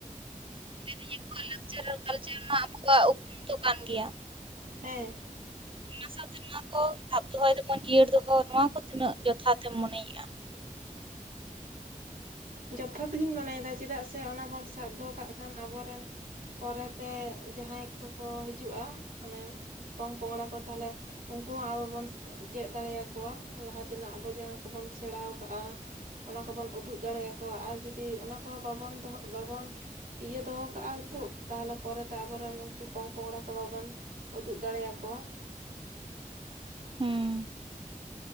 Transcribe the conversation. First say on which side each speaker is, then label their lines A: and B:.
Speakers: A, on the right; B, on the right.
A: ᱞᱟᱹᱭ ᱫᱟᱹᱧ ᱟᱵᱚᱣᱟᱜ ᱞᱟᱠᱪᱟᱨ ᱟᱨ ᱠᱟᱞᱪᱟᱨ ᱢᱟ ᱟᱵᱚᱠᱚᱣᱟᱜ ᱩᱯᱨᱩᱢ ᱫᱚ ᱠᱟᱱ ᱜᱮᱭᱟ ᱾
B: ᱦᱮᱸ ᱾
A: ᱚᱱᱟ ᱥᱟᱶᱛᱮ ᱱᱚᱣᱟ ᱠᱚ ᱥᱟᱵ ᱫᱚᱦᱚᱭ ᱫᱟᱵᱚᱱ ᱡᱤᱭᱟᱹᱲ ᱫᱚᱦᱚ ᱱᱚᱣᱟ ᱠᱚ ᱛᱤᱱᱟᱹᱜ ᱡᱚᱛᱷᱟᱛ ᱛᱮᱢ ᱢᱚᱱᱮᱭᱮᱜᱼᱟ?
B: ᱡᱚᱛᱷᱟᱛ ᱜᱤᱧ ᱢᱚᱱᱮᱭᱮᱫᱟ ᱪᱮᱫᱟᱜ ᱥᱮ ᱚᱱᱟ ᱵᱚᱱ ᱥᱟᱵ ᱫᱚᱦᱚ ᱠᱟᱜ ᱠᱷᱟᱱ ᱟᱵᱚ ᱨᱮᱱ ᱯᱚᱨᱮᱛᱮ ᱡᱟᱦᱟᱸᱭ ᱠᱚᱠᱚ ᱦᱤᱡᱩᱜᱼᱟ ᱢᱟᱱᱮ ᱯᱚᱝ ᱯᱚᱝᱲᱟ ᱠᱚ ᱛᱟᱦᱚᱞᱮ ᱩᱱᱠᱩ ᱦᱚᱸ ᱟᱵᱚᱵᱚᱱ ᱪᱮᱫ ᱫᱟᱲᱮᱭᱟᱠᱚᱣᱟ ᱞᱟᱦᱟ ᱛᱮᱱᱟᱜ ᱟᱵᱚ ᱡᱟᱦᱟᱸ ᱠᱚᱵᱚᱱ ᱥᱮᱬᱟᱣ ᱠᱟᱜᱼᱟ ᱾ ᱚᱱᱟ ᱠᱚᱵᱚᱱ ᱩᱫᱩᱜ ᱫᱟᱲᱮᱭᱟᱠᱚᱣᱟ ᱟᱨ ᱡᱩᱫᱤ ᱚᱱᱟ ᱠᱚᱦᱚᱸ ᱵᱟᱵᱚᱱ ᱫᱚ ᱵᱟᱵᱚᱱ ᱤᱭᱟᱹ ᱫᱚᱦᱚ ᱠᱟᱜᱼᱟ ᱱᱤᱛᱚᱜ ᱛᱟᱦᱞᱮ ᱯᱚᱨᱮ ᱛᱮ ᱟᱵᱚ ᱨᱮᱱ ᱩᱱᱠᱩ ᱯᱚᱝᱼ ᱯᱚᱝᱲᱟ ᱠᱚ ᱵᱟᱵᱚᱱ ᱩᱫᱩᱜ ᱫᱟᱲᱮᱭ ᱟᱠᱚᱣᱟ ᱾
A: ᱦᱩᱸ ᱾